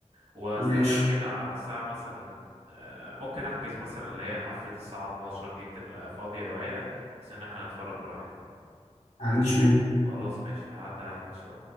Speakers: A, on the right (about 60°); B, on the left (about 80°).
A: واستناك
B: ماشي
A: كده على الساعة مثلا آه، ممكن احجز مثلا اللي هي حفلة الساعة 12 دي بتبقى فاضية ورايقة بس ان احنا نتفرج براحتنا
B: ما عنديش مانع
A: خلاص ماشي هعدي عليك عشان